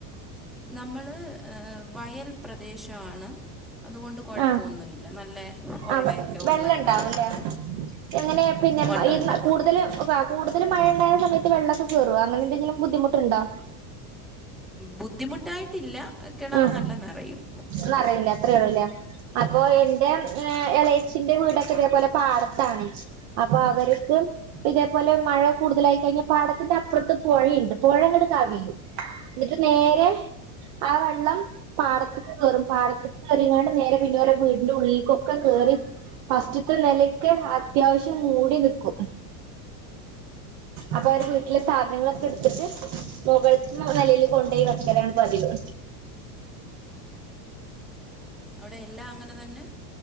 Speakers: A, in the centre; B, on the right.
A: നമ്മള് വയൽ പ്രദേശമാണ് അതുകൊണ്ട് കുഴപ്പമൊന്നുമില്ല
B: ആ
A: നല്ല ഉറവയൊക്കെ
B: ആ വെള്ള
A: ഉള്ള
B: ഉണ്ടാവുംല്ലേ
A: ഇടമാണ്
B: എങ്ങനെ പിന്നെ
A: ഉണ്ടുണ്ട്
B: ഈ കൂടുതല് കൂടുതൽ മഴ ഉണ്ടായുന്ന സമയത്ത് വെള്ളൊക്കെ കേറോ അങ്ങനെന്തെങ്കിലും ബുദ്ധിമുട്ടുണ്ടോ
A: ബുദ്ധിമുട്ടായിട്ടില്ല കിണർ
B: ആഹ്
A: നല്ല നിറയും
B: നറയുലെ അത്രേ ഉള്ളൂല്ലേ അപ്പൊ എന്റെ എളേച്ചിന്റെ വീടൊക്കെ ഇതേപോലെ പാടത്താണ് അപ്പൊ അവർക്ക് ഇതേപോലെ മഴ കൂടുതലായി കഴിഞ്ഞ പാടത്തിന്റെ അപ്പുറത്ത് പൊഴയിണ്ട് പൊഴങ്ങട്ട് കവിയും എന്നിട്ട് നേരെ ആ വെള്ളം പാടത്ക്ക് കേറും പാടത്ക്ക് കേറിക്കാണ്ട് നേരെ പിന്നെ ഓലെ വീടിന്റെ ഉളളിക്കൊക്കെ കേറി ഫസ്റ്റ്ത്തെ നിലക്കെ അത്യാവശ്യം മൂടി നിക്കും അപ്പൊ അവര് വീട്ടിലെ സാധനങ്ങളൊക്കെ എടുത്തിട്ട് മുകൾത്തെ നെലയില് കൊണ്ടോയി വെക്കലാണ് പതിവ്
A: അവിടെ എല്ലാം അങ്ങനെ തന്നെ